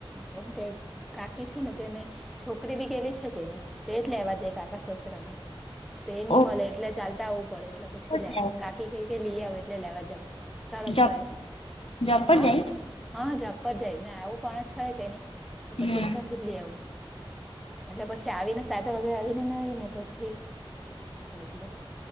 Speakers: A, in the centre; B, on the left (about 80°).
A: હું કે કાકી છે ને તેને છોકરી બી ગેલી છે કેની તોજ લેવા જાય કાકા સસરા ને. તે ની
B: ઓ
A: મળે એટલે ચાલતા આવવું પડે એટલે પછી
B: પર
A: લે
B: જાય
A: કાકી કઈ કે લઈ આવે એટલે લેવા જામ. સાડા
B: જોબ
A: છ એ
B: જોબ પર
A: હ,
B: જાય
A: હા જોબ પર જાય મે આવું પણ છ કે ની. તો, પછી
B: હમ
A: તાથી જ લી આવુ. એટલે પછી આવીને સાત વાગે, આવીને નાઈ ને, પછી એટલે